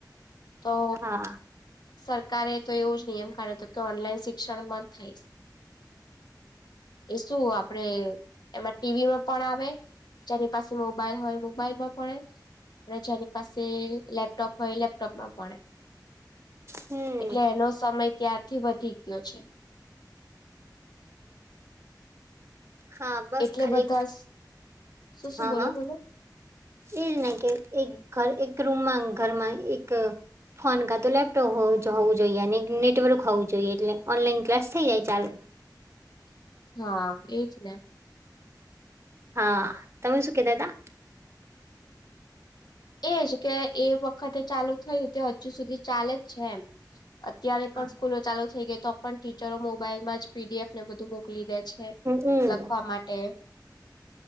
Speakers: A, on the left; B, on the right.
A: તો.
B: હા
A: સરકારે તો એવું જ નિયમ કાઢ્યો હતો કે ઓનલાઈન શિક્ષણ મા જ થઈશ એ શું આપડે એમાં ટીવીમાં પણ આવે. જેની પાસે મોબાઈલ હોય મોબાઈલમાં ભળે જાની પાસે લેપટોપ હોય લેપટોપમાં ભણે
B: હમ
A: એટલે એનો સમય ત્યાં. થી વધી ગયો છે.
B: હા બસ
A: એટલે
B: ખાલી
A: બધા શું શું
B: હા
A: બોલો
B: હા
A: બોલો
B: એ જ ન કે. એક ઘર એક રૂમમાં ઘરમાં એક. ફોન કા તો લેપટોપ હોવું જોઈએ અને નેટવર્ક હોવું જોઈએ એટલે ઓનલાઈન ક્લાસ થઇ જાય ચાલ.
A: <inaudible> હા એજ ને
B: હા તમે શું કેતા તા?
A: એજ કે એ વખતે ચાલુ થયું તે હજુ સુધી ચાલે જ છે એમ અત્યારે પણ
B: હા
A: સ્કૂલો ચાલુ થઈ ગઈ તો પણ ટીચરો મોબાઈલમાં જ પી ડી એફ ને બધું બો કલી દે છે
B: હમ
A: લખવા માટે